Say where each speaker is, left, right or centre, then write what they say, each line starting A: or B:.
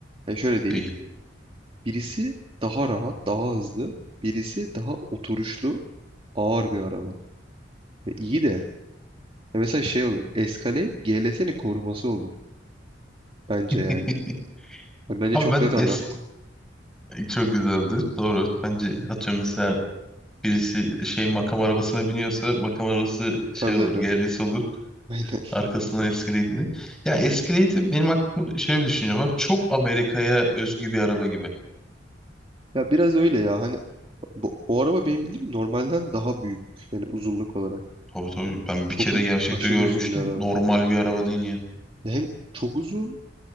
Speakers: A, on the right; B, in the centre.
A: Yani şöyle değil.
B: Değil.
A: Birisi daha rahat, daha hızlı. Birisi daha oturuşlu ağır bir araba. Ya iyi de ya mesela şey olur. Escalade GLS'nin koruması olur bence yani.
B: <laughs>
A: Ya bence
B: Abi
A: çok
B: ben
A: net anlattım.
B: es çok güzeldi. Doğru. Bence atıyorum mesela birisi şey makam arabasına biniyorsa makam arabası şey
A: Tabii
B: olur.
A: tabii.
B: GRS olur.
A: <laughs> Aynen.
B: Arkasından Escalade'i. Ya Escalade'i benim aklımda şöyle bir düşüncem var. Çok Amerika'ya özgü bir araba gibi.
A: Ya biraz öyle ya. Hani bu, o araba benim bildiğim normalden daha büyük yani uzunluk olarak.
B: Tabii tabii. Ben
A: Çok
B: bir kere
A: u-
B: gerçekte
A: aşırı
B: görmüştüm.
A: uzun bir araba.
B: Normal bir araba değil yani.
A: Ya hem çok uzun